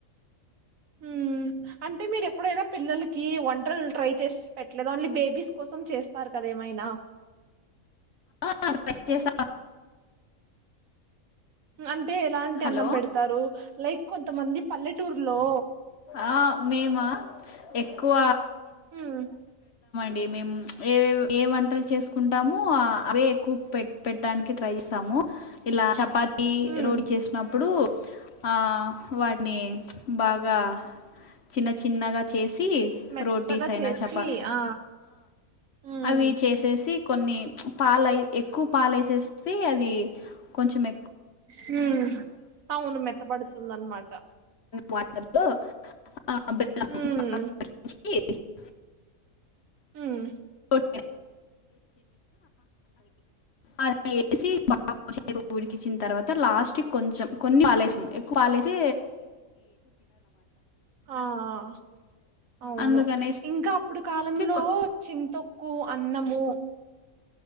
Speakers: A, on the right; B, on the left.
A: హ్మ్ అంటే మీరు ఎప్పుడైనా పిల్లలకి వంటలు ట్రై చేసి పెట్టలేదు ఓన్లీ బేబీస్ కోసం చేస్తారు కదా ఏమైనా
B: హా చేసా
A: అంటే ఎలాంటి
B: హలో
A: అన్నం పెడతారు లైక్ కొంతమంది పల్లెటూరులో
B: ఆ! మేమా? ఎక్కువ
A: హ్మ్
B: మేమేం ప్చ్ ఏ ఏ వంటలు చేసుకుంటాము అవే పె పెట్టడానికి ట్రై పైసాము ఇలా చపాతి
A: ఉమ్
B: రోడి చేసినప్పుడు ఆ వాటిని బాగా చిన్న చి చిన్నగా చేసి
A: మెత్తగా
B: రోటీస్ అయినా
A: చేసి
B: చప
A: ఆ ఉమ్
B: అవి చేసేసి కొన్ని పాలయి ఎక్కువ పాలేసేస్తే అది కొంచెం ఎక్కు
A: హ అవును మెత్త పడుతుంద అనమాట
B: వాటర్తో ఆ <unintelligible>
A: ఉమ్
B: ఈ <unintelligible>
A: హ్మ్మ్
B: <unintelligible> అ అ వేసి బాగా ఉడికిచ్చిన తర్వాత అ లాస్ట్ కి కొంచెం కొన్ని ఎక్కువాపాలెసి
A: ఆ ఆ అవును
B: అందుకనేసి
A: ఇంకా ఇప్పుడు కాలంలో
B: కొ-
A: చింతొక్కు అన్నము